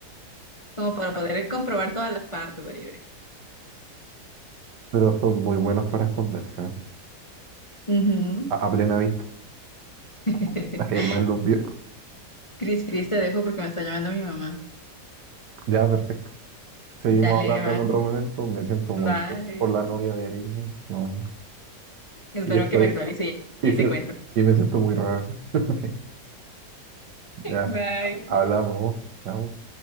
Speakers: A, on the left; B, on the right.
A: Como para poder comprobar todas las partes de ahí. de-
B: Pero son muy buenos para esconderse, ¿eh?
A: Ujú.
B: A, a plena vista.
A: <laughs>
B: <laughs> Nadie más los vio.
A: Cris, Cris, te dejo porque me está llamando mi mamá.
B: Ya, perfecto. Seguimos
A: Dale,
B: hablando en otro
A: bye,
B: momento. Me siento muy
A: bye.
B: mal por la novia de Eric. güey. No.
A: Espero
B: Y estoy.
A: que me actualice
B: Y,
A: y
B: sí-
A: te cuento.
B: y me siento muy raro. <laughs> Ya,
A: Bye.
B: hablamos. ¿no? Chao.